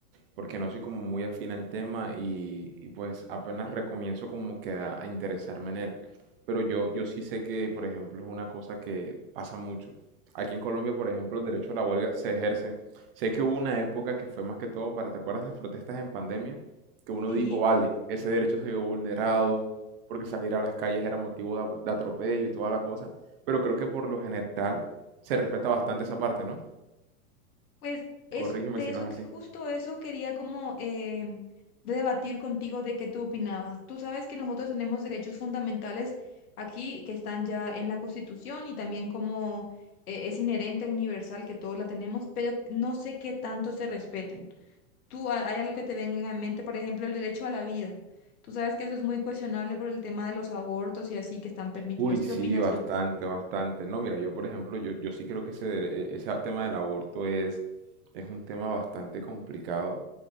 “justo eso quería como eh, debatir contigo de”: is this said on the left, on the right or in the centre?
Left